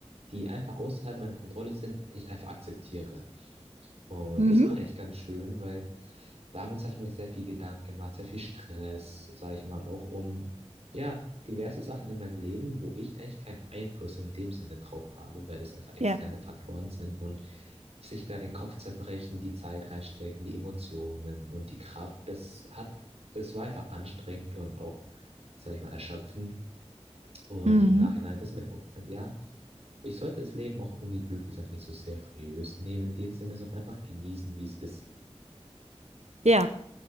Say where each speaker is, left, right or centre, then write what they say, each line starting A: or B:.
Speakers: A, on the right; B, on the right.
A: die einfach außerhalb meiner Kontrolle sind, ich einfach akzeptiere. Und
B: Mhm.
A: das war eigentlich ganz schön, weil damit habe ich mir sehr viel Gedanken gemacht, sehr viel Stress, sage ich mal, auch um, ja, diverse Sachen in meinem Leben, wo ich eigentlich keinen Einfluss in dem Sinne drauf habe, weil das einfach externe
B: Ja.
A: Faktoren sind und sich da den Kopf zerbrechen, die Zeit reinstecken, die Emotionen und die Kraft, das hat, es war einfach anstrengend und auch, sag ich mal, erschöpfend. Und
B: Mhm.
A: im Nachhinein ist mir dann aufgefallen, ja, ich sollte das Leben auch irgendwie, blöd gesagt, nicht so seriös nehmen in dem Sinne, sondern einfach genießen, wie es ist.
B: Ja.